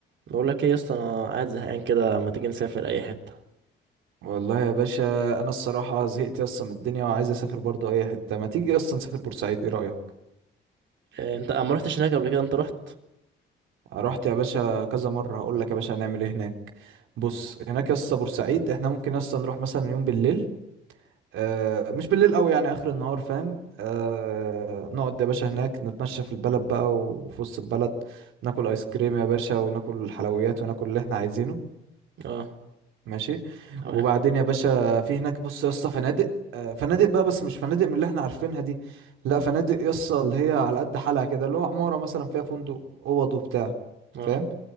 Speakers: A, on the right (about 70°); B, on the right (about 85°).
A: بقول لك ايه يا اسطى انا قاعد زهقان كده ما تيجي نسافر اي حته
B: والله يا باشا انا الصراحه زهقت اصلا من الدنيا وعايز اسافر برضو اي حته ما تيجي اصلا نسافر بورسعيد ايه رايك
A: إيه انت ما رحتش هناك قبل كده انت رحت
B: رحت يا باشا كذا مره هقول لك يا باشا هنعمل ايه هناك بص هناك يا اسطى بورسعيد احنا ممكن اصلا نروح مثلا يوم بالليل آه مش بالليل قوي يعني اخر النهار فاهم آه نقعد يا باشا هناك نتمشى في البلد بقى وفي وسط البلد ناكل ايس كريم يا باشا وناكل الحلويات وناكل اللي احنا عايزينه
A: اه
B: ماشي
A: تمام
B: وبعدين يا باشا في هناك بص يا اسطى فنادق آه، فنادق بقى بس مش فنادق من اللي احنا عارفينها دي لا فنادق يا اسطى اللي هي على قد حالها كده اللي هو عمارة مثلا فيها فندق اوض وبتاع
A: اه
B: فاهم